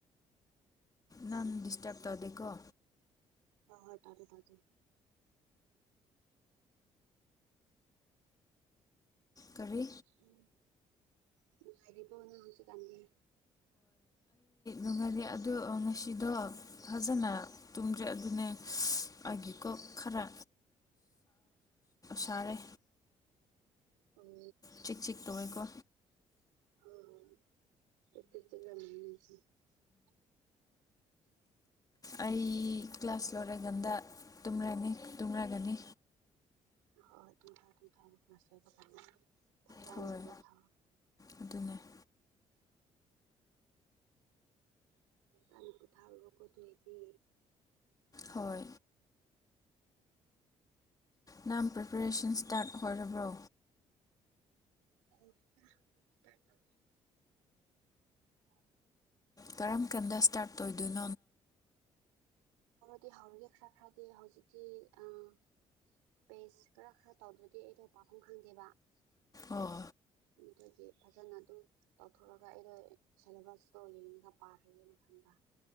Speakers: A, on the left; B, on the right.
A: ꯅꯪ ꯗꯤꯁꯇꯔꯕ ꯇꯧꯗꯦꯀꯣ
B: ꯍꯣ ꯍꯣꯏ ꯇꯥꯖꯦ ꯇꯥꯖꯦ
A: ꯀꯔꯤ
B: ꯎꯝ ꯅꯨꯉꯥꯢꯔꯤꯕꯣ ꯅꯪ ꯍꯧꯖꯤꯛꯀꯥꯟꯗꯤ
A: ꯅꯨꯡꯉꯥꯢꯌꯦ ꯑꯗꯣ ꯉꯁꯤꯗꯣ ꯐꯖꯅ ꯇꯨꯝꯗ꯭ꯔꯦ ꯑꯗꯨꯅꯦ ꯑꯩꯒꯤ ꯀꯣꯛ ꯈꯔ ꯁꯥꯔꯦ
B: ꯎꯝ
A: ꯆꯤꯛ ꯆꯤꯛ ꯇꯧꯋꯦꯀꯣ
B: ꯎꯝ ꯄꯨꯠꯇꯥ ꯆꯠꯂ ꯌꯦꯡꯁꯤ <unintelligible>
A: ꯑꯩ ꯀ꯭ꯂꯥꯁ ꯂꯣꯏꯔꯀꯥꯟꯗ ꯇꯨꯝꯔꯅꯤ ꯇꯨꯝꯔꯒꯅꯤ
B: ꯍꯣ ꯍꯣꯏ ꯇꯨꯝꯊꯣꯛꯑꯣ ꯇꯨꯝꯊꯣꯛꯑꯣ ꯉꯁꯥꯏ ꯕꯀꯥꯟꯗ ꯐꯖꯅ
A: ꯍꯣꯏ
B: ꯄꯣꯊꯥꯎ
A: ꯑꯗꯨꯅꯦ <inaudible>
B: ꯑꯃꯨꯛ ꯄꯣꯊꯥꯔꯨꯔꯣꯀꯣ ꯑꯗꯨ ꯑꯣꯢꯗꯤ
A: ꯍꯣꯏ ꯅꯪ ꯄ꯭ꯔꯤꯄꯦꯔꯦꯁꯟ ꯁ꯭ꯇꯥꯔꯠ ꯑꯣꯏꯔꯕ꯭ꯔꯣ
B: ꯇꯧꯗꯦꯗ ꯁꯔꯗꯔꯤ <inaudible> <unintelligible> <inaudible>
A: ꯀꯔꯝ ꯀꯥꯟꯗ ꯁ꯭ꯇꯥꯔꯠ ꯇꯧꯗꯣꯢꯅꯣ
B: ꯗꯤ ꯍꯧꯔꯦ ꯈ꯭ꯔꯥ ꯈ꯭ꯔꯗꯤ ꯍꯧꯖꯤꯛꯇꯤ ꯑ <unintelligible> ꯄꯦꯁ ꯈꯔ ꯈꯔ ꯇꯧꯗ꯭ꯔꯗꯤ ꯑꯩꯗꯣ ꯄꯥꯐꯝ ꯈꯪꯗꯦꯕ
A: ꯑꯣ
B: ꯑꯗꯨꯒꯤ ꯐꯖꯅ ꯑꯗꯨꯝ ꯇꯧꯊꯣꯛꯑꯒ ꯑꯩꯗꯣ ꯁꯦꯂꯦꯕꯁꯇꯣ ꯌꯦꯡꯉꯒ ꯄꯥꯔꯒꯦꯅ ꯈꯟꯕ